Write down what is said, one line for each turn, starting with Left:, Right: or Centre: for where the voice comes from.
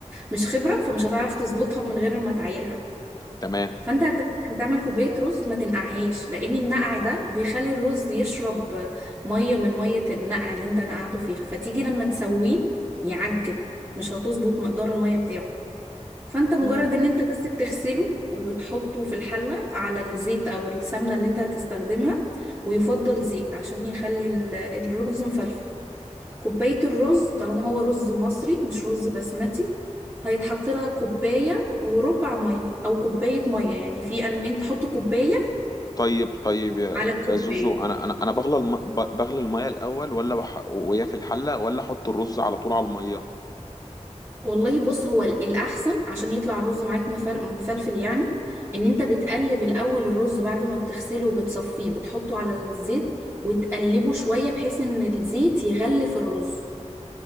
Right: مش خبرة فمش هتعرف تظبطها من غير ما تعايرها
Left: تمام
Right: فانت هت- هتعمل كوبايه رز ما تنقعهاش لان النقع ده بيخلي الرز يشرب ميه من ميه النقع اللي انت نقعته فيها فتيجي لما تسويه يعجن مش هتظبط مقدار الميه بتاعه فانت مجرد
Left: مم.
Right: ان انت بس بتغسله وبتحطه في الحله على الزيت او السمنه اللي انت هتستخدمها ويفضل زيت عشان يخلي ال- الرز مفلفل كوباية الرز طالما هو رز مصري مش رز بسمتي هيتحط لها كوباية وربع مية أو كوباية مية يعني في أن أنت حط كوباية
Left: طيب طيب يا
Right: على الكوباية
Left: يا زوزو انا انا انا بغلى الم... ب- بغلي الميه الاول ولا بح... وهي في الحله ولا احط الرز على طول على الميه
Right: والله بص هو ال- الأحسن عشان يطلع الرز معاك مفل- مفلفل يعني إن أنت بتقلب الأول الرز بعد ما بتغسله وبتصفيه بتحطه على الزيت وتقلبه شوية بحيث إن الزيت يغلف الرز